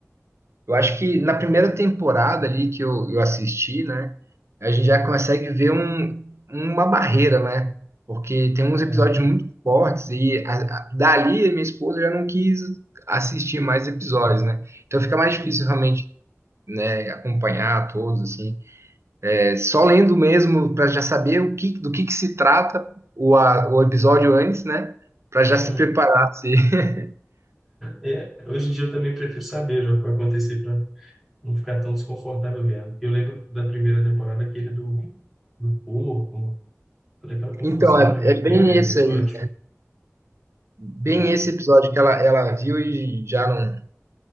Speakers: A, on the right; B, in the centre.
A: Eu acho que na primeira temporada ali que eu, eu assisti, né, a gente já consegue ver um, uma barreira, né? Porque tem uns episódios
B: É,
A: muito fortes e a, a, dali minha esposa já não quis assistir mais episódios, né? Então fica mais difícil
B: Uhum.
A: realmente, né, acompanhar todos assim. É, só lendo mesmo para já saber o que, do que que se trata o, a, o episódio antes, né? Para já
B: Uhum.
A: se preparar. Se... <laughs>
B: É, hoje em dia eu também prefiro saber já o que vai acontecer para não ficar tão desconfortável vendo. Eu lembro da primeira temporada, aquele do, do porco, toda aquela confusão,
A: Então é,
B: né? O
A: é
B: primeiro
A: bem isso
B: episódio.
A: aí. bem
B: É,
A: esse episódio que ela, ela viu e já não,